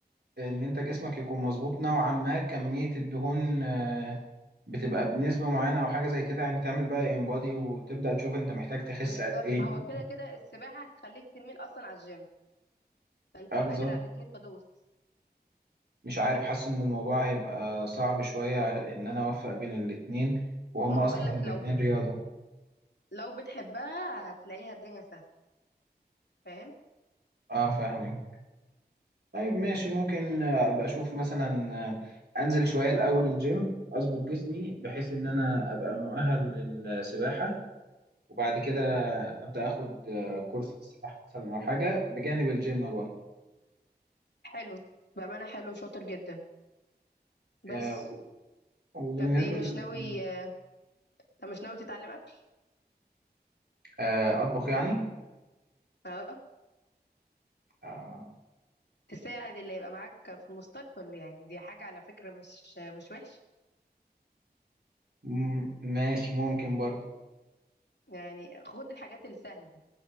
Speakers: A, on the right; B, on the left.
A: ان انت جسمك يكون مظبوط نوعا ما كمية الدهون آه، بتبقى بنسبة معينة او حاجة زي كده يعني تعمل بقى انبادي وتبدأ تشوف انت محتاج تخس
B: بالظبط
A: قد ايه
B: هو كده كده السباحة هتخليك تميل أصلا على الجيم فأنت
A: اه
B: لو
A: بالظبط
B: قادر على الاتنين فدوس
A: مش عارف حاسس ان الموضوع هيبقى صعب شوية ان انا اوفق بين الاتنين وهم
B: ما
A: اصلا
B: هقولك
A: الاتنين
B: لو
A: رياضة
B: لو بتحبها هتلاقيها الدنيا سهلة فاهم
A: اه فاهمك طيب ماشي ممكن آه، ابقى اشوف مثلا آه، انزل شوية الاول الجيم اظبط جسمي بحيث ان انا ابقى مؤهل للسباحة وبعد كده
B: اوكي
A: ابدا اخد آه، كورس في السباحه مثلا او حاجه بجانب الجيم برضه
B: حلو بأمانة حلو شاطر جدا
A: آه،
B: بس
A: وبالنسبه
B: طب ايه مش
A: لل-
B: ناوي آه، طب مش ناوي تتعلم أكل
A: آه، اطبخ يعني
B: اه
A: آه،
B: تساعد اللي يبقى معاك في المستقبل يعني دي حاجة على فكرة مش آه، مش وحش
A: م- ماشي ممكن برضه
B: يعني خد الحاجات اللي سهلة